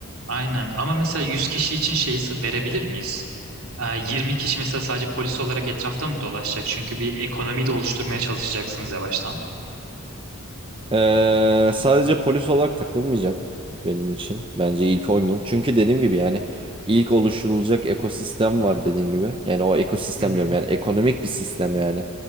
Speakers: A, on the right; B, on the right.
A: Aynen ama mesela 100 kişi için şey verebilir miyiz? Ee, 20 kişi mesela sadece polis olarak etrafta mı dolaşacak? Çünkü bir ekonomi de oluşturmaya çalışacaksınız yavaştan.
B: Ee, sadece polis olarak takılmayacak benim için. Bence ilk 10 yıl. Çünkü dediğim gibi yani ilk oluşturulacak ekosistem var dediğin gibi. Yani o ekosistem
A: Hı hı.
B: diyorum yani ekonomik bir sistem yani.